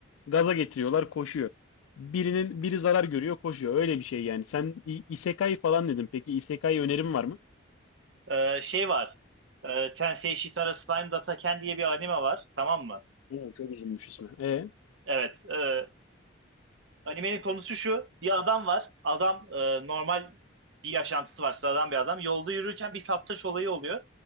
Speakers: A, on the left; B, on the right.
A: Gaza getiriyorlar koşuyor. Birinin biri zarar görüyor koşuyor. Öyle bir şey yani. Sen i- isekai falan dedin. Peki isekai önerim var mı?
B: Ee, şey var. Ee, Tensei Shitara Slime Dataken diye bir anime var. Tamam mı?
A: Oo, çok uzunmuş ismi. E?
B: Evet. e, animenin konusu şu. Bir adam var. Adam e, normal bir yaşantısı var. Sıradan bir adam. Yolda yürürken bir kaptaş olayı oluyor.